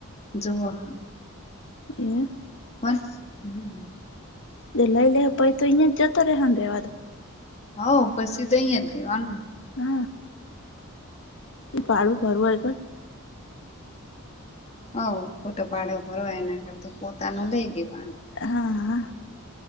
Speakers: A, on the left; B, on the left.
A: જોવા હ
B: એવું
A: પણ હમ
B: લઈ લેહે પહી તો અહ્યા જ જતા રેહે રેવા તો
A: હઉ પછી તો અહયા રેવાનુંને
B: હા એ પાડું ફરું આ <unintelligible>
A: હ ખોટો ભાડો ભરવા એના કરતા પોતાનું લઈ લેવાનું
B: હા